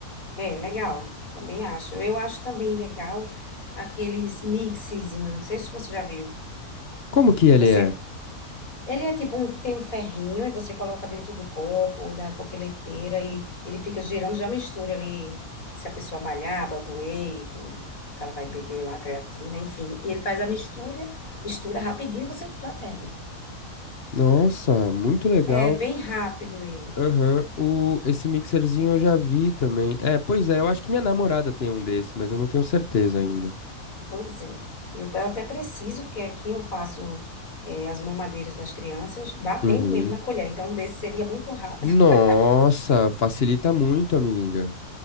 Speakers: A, on the left; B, on the left.
A: É, legal. Também acho. Eu acho também legal aqueles mixezinhos. Não sei se você já viu.
B: Como que ele
A: Você,
B: é?
A: ele é tipo um, tem um ferrinho e você coloca dentro do copo, da coqueleteira e ele fica girando, já mistura ali. Se a pessoa malhar, bota o whey, com, o cara vai beber lá, creatina, enfim. E ele faz a mistura, mistura rapidinho e você já bebe.
B: Nossa, muito legal.
A: É bem rápido ele.
B: Aham, o, esse mixerzinho eu já vi também. É, pois é, eu acho que minha namorada tem um desse, mas eu não tenho certeza ainda.
A: Pois é. Eu, eu até preciso, porque aqui eu faço eh, as mamadeiras das crianças batendo
B: Uhum.
A: mesmo na colher. Então, um desse seria muito rápido.
B: Nossa,
A: <laughs>
B: facilita muito, amiga.